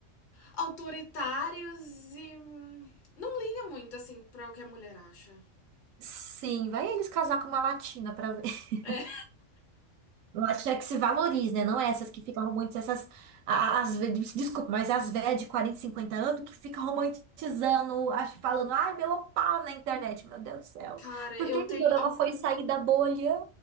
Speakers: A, on the left; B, on the right.
A: autoritários e. hum, Não liga muito, assim, pra o que a mulher acha.
B: Sim, vai eles casar com uma latina pra ver. <laughs>
A: É.
B: Latina que se valorize, né? Não é essas que ficam romantizando essas. a- As, ve- des- desculpa, mas as velhas de 40 50 anos que ficam romantizando, acho, falando, ai, meu opá na internet. Meu Deus do céu.
A: Cara,
B: Por
A: eu
B: que
A: tenho
B: que o Dorama
A: alguma.
B: foi sair da bolha?